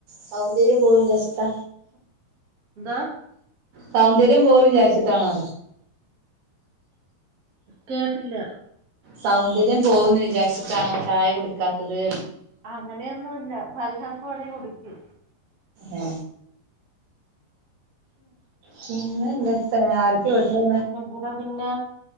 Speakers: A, on the right (about 70°); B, on the right (about 35°).
A: സൗന്ദര്യം പോകും വിചാരിച്ചിട്ട
B: ന്താ
A: സൗന്ദര്യം പോയി വിചാരിച്ചിട്ടാണോ
B: കേട്ടില്ല
A: സൗന്ദര്യം പോവുന്ന് വിചാരിച്ചിട്ടാണോ ചായ കുടിക്കാത്തത്
B: അങ്ങനെയൊന്നില്ല വല്ലപ്പോഴെ കുടിക്കു
A: ഏ പിന്നെന്താ തെ ആരൊക്കെയാ വീട്ടിലു
B: ഇവിട പിന്നെ